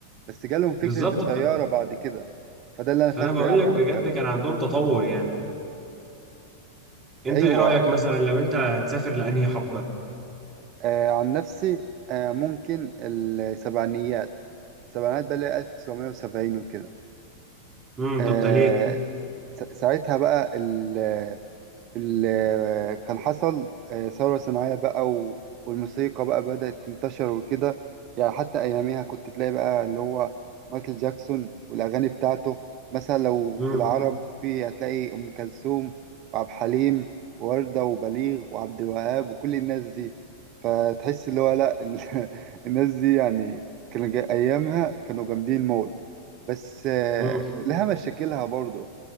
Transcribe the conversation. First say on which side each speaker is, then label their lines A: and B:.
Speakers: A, on the right; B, on the right.
A: بس جالهم فكرة
B: بالظبط
A: الطيارة
B: ف...
A: بعد كده فده اللي انا
B: فانا
A: فاكره
B: بقول
A: يعني
B: لك بجد
A: على الكلام
B: كان
A: ده.
B: عندهم تطور يعني انت
A: ايوه
B: ايه رايك مثلا لو انت هتسافر لانهي حقبه
A: آه عن نفسي آه ممكن السبعينيات السبعينيات بقى اللي هي 1970 وكده
B: امم
A: آه
B: طب ده ليه
A: س- ساعتها بقى ال- ال- آه، كان حصل آه، ثورة صناعية بقى و- والموسيقى بقى بدأت تنتشر وكده يعني حتى أياميها كنت تلاقي بقى اللي هو مايكل جاكسون والأغاني بتاعته مثلا لو
B: امم
A: في العربي هتلاقي أم كلثوم وعبد الحليم ووردة وبليغ وعبد الوهاب وكل الناس دي فتحس اللي هو لأ ال- <laughs> الناس دي يعني كانوا جا- أيامها كانوا جامدين موت بس آه،
B: امم
A: لها مشاكلها برضه